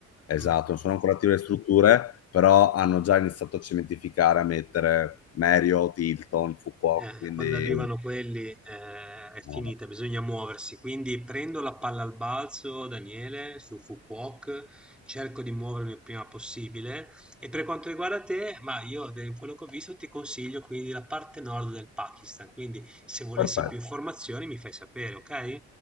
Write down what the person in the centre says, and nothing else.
Mh.
Eh,
quando arrivano quelli, eh, è
finita,
bisogna muoversi. Quindi prendo la palla al balzo, Daniele, su Fukuok, cerco di muovermi il prima possibile. E per quanto riguarda te, ma io, da quello che ho visto, ti consiglio quindi la parte nord del Pakistan. Quindi se volessi
più informazioni mi fai sapere, ok?